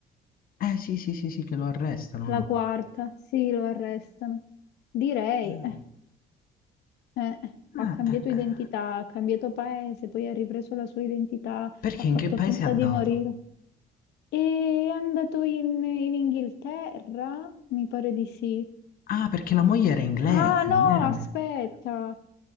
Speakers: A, on the left; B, on the left.
A: Eh sì, sì, sì, sì, che lo arrestano,
B: La
A: no?
B: quarta, sì, lo arrestano. Direi,
A: Ah,
B: eh, eh, ha
A: Eh,
B: cambiato
A: eh,
B: identità,
A: eh.
B: ha cambiato paese, poi ha ripreso la sua identità,
A: Perché
B: ha fatto
A: in che paese
B: finta
A: è andato?
B: di morire. E è andato in, in Inghilterra? Mi pare di sì.
A: Ah, perché la moglie era inglese,
B: Ah no,
A: non era
B: aspetta.
A: me.